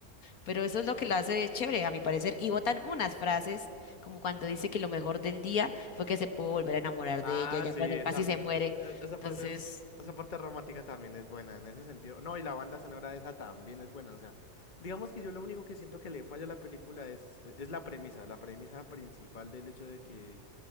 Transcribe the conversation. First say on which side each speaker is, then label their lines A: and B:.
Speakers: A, on the left (about 70°); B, on the left (about 35°).
A: Pero eso es lo que la hace chévere, a mi parecer. Y botan unas frases, como cuando dice que lo mejor del día fue que se pudo volver a enamorar
B: Ah,
A: de ella, ya
B: sí,
A: cuando
B: esa,
A: casi se Sí. muere.
B: e- esa
A: Entonces,
B: parte es, esa parte romántica también es buena en ese sentido. No, y la banda sonora de esa también es buena. O sea, digamos que yo lo único que siento que le falla a la película es, e, es la premisa, la premisa principal del hecho de que